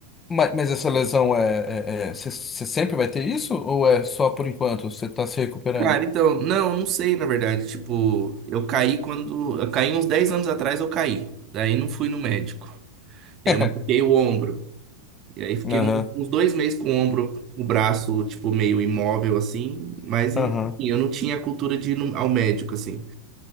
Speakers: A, on the left (about 20°); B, on the right (about 35°).
A: Mas, mas essa lesão é. Você sempre vai ter isso? Ou é só por enquanto? Você tá se recuperando?
B: Cara, então, não, eu não sei, na verdade. Tipo, eu caí quando. Eu caí uns 10 anos atrás, eu caí. Daí não fui no médico. Eu
A: <laughs>
B: machuquei o ombro. E aí fiquei
A: Aham,
B: um- uns dois meses com o ombro, o braço, tipo, meio imóvel, assim. Mas,
A: aham,
B: enfim, eu não tinha a cultura de ir no- ao médico, assim.